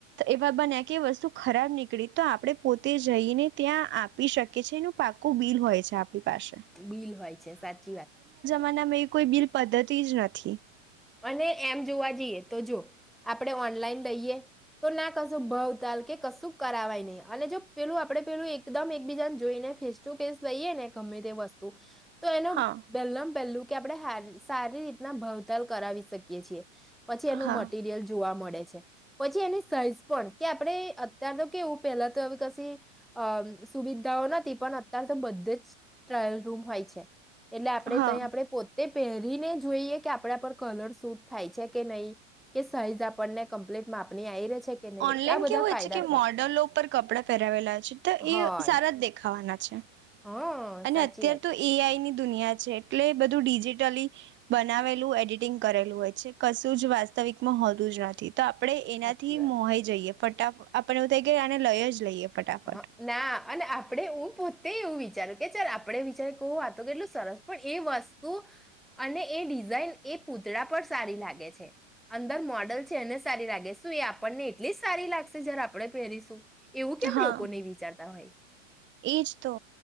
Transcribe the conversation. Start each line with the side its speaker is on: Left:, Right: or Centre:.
Right: એવા બન્યા કે વસ્તુ ખરાબ નીકળી, તો આપડે પોતે જઈને ત્યાં આપી શકીએ છીએ એનું પાકું બિલ હોય છે આપડી પાસે.
Centre: બિલ હોય છે સાચી વાત
Right: માનામાં એ કોઈ બિલ પદ્ધતિજ નથી.
Centre: અને એમ જોવા જઈએ તો જો આપડે ઓનલાઈન લઈએ તો ના કશું ભવ તાલ કે કશું કરાવાય નહી અને જો પેલું આપડે પેલું એકદમ એકબીજાને જોઈને ફેસ ટુ ફેસ લઈએ ને ગમે તે વસ્તુ તો એનો
Right: હા
Centre: પેલમ પેલ્લું કે આપડે હેલ સારી રીતના ભાવતાલ કરાવી શકીએ છીએ. પછી એનું
Right: હા
Centre: મટીરિયલ જોવા મ ડે છે, પછી એ ને સાઈઝ પણ કે આપડે અત્યાર તો કેવું પેલા તો હવે કશી અમ સુવિધાઓ નથી પણ અત્યાર તો બધે જ ટ્રાયલ રૂમ હોય છે. એટલે આપડે
Right: હા
Centre: તઈ આપડે પો તે પહેરીને જોઈએ કે આપડા પર કલર સૂટ થાય છે કે નઈ કે સાઈઝ આપણને કમ્પ્લેટ માપની આઈ રે છે કે નહીં
Right: ઓનલાઈન
Centre: આ બધા
Right: કેવું
Centre: ફાયદા
Right: હોય છે કે
Centre: થાય
Right: મોડલો ઉપર કપડાં પેહરાવેલા છે, તો
Centre: હોય
Right: એ સારા જ દેખાવાના. છે
Centre: હા
Right: અને
Centre: સાચી
Right: અત્યાર
Centre: વાત
Right: તો
Centre: છે
Right: એ આઈ ની દુનિયા છે, એટલે એ બધું ડિજિટલી બનાવેલું એડિટિંગ કરેલું હોય છે. કશું જ વાસ્તવિકમાં હોતું જ નથી. તો આપડે
Centre: સાચી
Right: એનાથી થી
Centre: વાત
Right: મોહાઈ જઈએ ફટા ફ આપણુ થઈ ગય આને લઈ જ લઈએ ફટાફટ
Centre: હ, ના અને આપડે હું પોત તે એવું વિચાર્યું કે ચલ આપડે વિચારી કો વાતો કેટલું સરસ પણ એ વસ્તુ અને એ ડિઝાઈન એ પૂતળા પર સારી લાગે છે, અંદર મોડલ છે, એને સારી લાગે. શું એ આપણને એટલી જ સારી લાગશે? જ્યારે આપડે પેહરીશું. કેમ
Right: હા
Centre: લોકો નહીં વિચારતા હોય.
Right: એજ તો